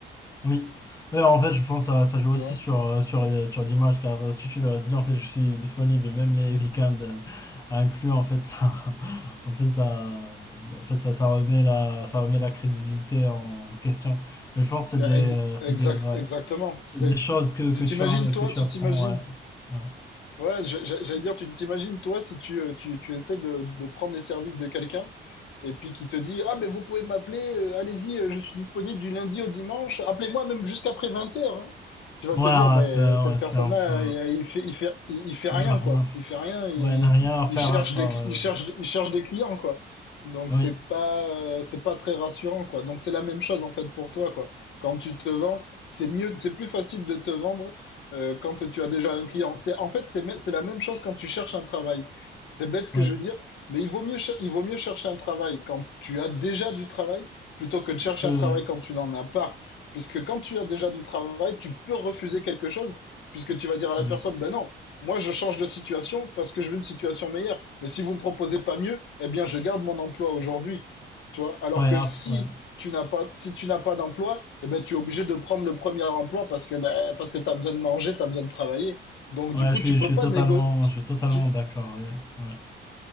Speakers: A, on the left (about 15°); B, on the left (about 70°).
A: Oui. Mais en fait, je pense que ça, ça joue
B: tu
A: aussi
B: vois.
A: sur, euh, sur, euh, sur l'image, car euh, si tu leur dis, en fait, je suis disponible même les week-ends euh, à inclure, en fait, ça, <laughs> en fait, ça, en fait, ça, ça remet la, ça remet la crédibilité en question. Mais je pense que
B: Ben,
A: c'est des,
B: ex-
A: euh, c'est
B: exact,
A: des, ouais,
B: exactement. C'est,
A: c'est des choses que,
B: tu
A: que
B: t'imagines,
A: tu, a-
B: toi,
A: que tu
B: tu
A: apprends,
B: t'imagines.
A: ouais. Ouais,
B: Ouais, je- je- j'allais dire, tu t'imagines, toi, si tu, euh, tu, tu essaies de, de prendre les services de quelqu'un. et puis qui te dit Ah, mais vous pouvez m'appeler, euh, allez-y, euh, je suis disponible du lundi au dimanche, appelez-moi même jusqu'après 20h. Tu vas
A: ouais
B: te
A: ah,
B: dire Ben,
A: c'est ouais,
B: cette
A: c'est
B: personne-là,
A: un peu...
B: il, il fait, il, fait, il, il fait
A: Elle
B: rien,
A: n'a rien,
B: quoi. Il fait rien, il,
A: ouais, elle n'a rien à faire
B: il cherche,
A: à part...
B: des,
A: euh,
B: il, cherche, il cherche des clients, quoi. Donc,
A: oui,
B: c'est pas, c'est pas très rassurant, quoi. Donc, c'est la même chose, en fait, pour toi, quoi. Quand tu te vends, c'est mieux, c'est plus facile de te vendre euh, quand tu as déjà un client. C'est, en fait, c'est, me- c'est la même chose quand tu cherches un travail. C'est bête ce que
A: oui,
B: je veux dire, mais il vaut mieux, cher- il vaut mieux chercher un travail quand tu as déjà du travail plutôt que de chercher
A: que...
B: un travail quand tu n'en as pas. Puisque quand tu as déjà du travail, tu peux refuser quelque chose, puisque tu vas dire à la
A: Ouais,
B: personne, ben non, moi je change de situation parce que je veux une situation meilleure. Mais si vous me proposez pas mieux, eh bien je garde mon emploi aujourd'hui. Tu vois? Alors
A: ouais,
B: que
A: ah,
B: si
A: ouais.
B: tu n'as pas, si tu n'as pas d'emploi, eh ben tu es obligé de prendre le premier emploi parce que, ben, parce que tu as besoin de manger, tu as besoin de travailler. Donc
A: Ouais,
B: du coup,
A: je suis,
B: tu peux
A: je suis
B: pas
A: totalement,
B: négo-
A: je suis totalement
B: tu,
A: d'accord. ouais, ouais.